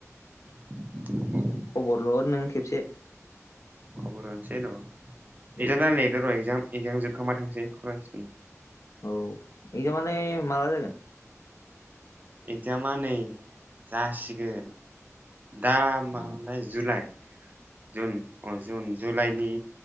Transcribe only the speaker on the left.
खबरल' हर नों खेबसे।
औ
औ एगजामालाय माला जागोन?
औ